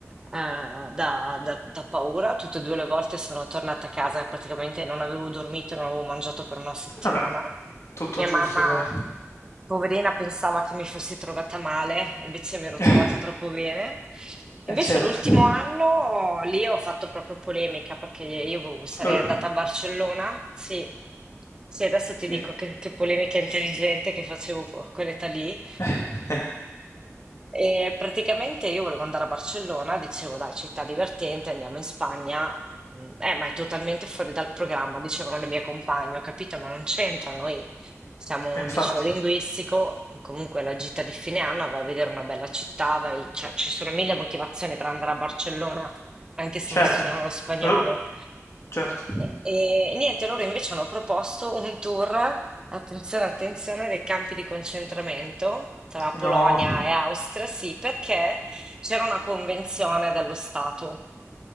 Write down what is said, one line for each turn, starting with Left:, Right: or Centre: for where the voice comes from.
Right: eh, da, da- da paura, tutte e due le volte sono tornata a casa, praticamente non avevo dormito, non avevo mangiato per una settimana.
Left: vabbè, Tutto
Right: Mia
Left: giusto,
Right: mamma,
Left: dai.
Right: poverina, pensava che mi fossi trovata male, invece mi ero trovata
Left: Eh,
Right: troppo bene. Invece
Left: eh certo.
Right: l'ultimo anno lì ho fatto proprio polemica perché io avevo- sarei
Left: Eh,
Right: andata a Barcellona. Sì, sì, adesso ti
Left: eh,
Right: dico che, che polemica intelligente che facevo co- a quell'età lì.
Left: eh, eh.
Right: E praticamente io volevo andare a Barcellona, dicevo dai, città divertente, andiamo in Spagna. Mm, Eh, ma è totalmente fuori dal programma, dicevano le mie compagne, ho capito, ma non c'entra, noi siamo
Left: E
Right: un
Left: infatti,
Right: liceo linguistico, comunque la gita di fine anno, vai a vedere una bella città, vai- cioè, ci sono mille motivazioni per andare a Barcellona, anche se
Left: certo.
Right: non studiamo lo spagnolo.
Left: Eh, certo.
Right: E, e niente, loro invece hanno proposto un tour, attenzione, attenzione, dei campi di concentramento tra Polonia
Left: No.
Right: e Austria, sì, perché c'era una convenzione dello Stato,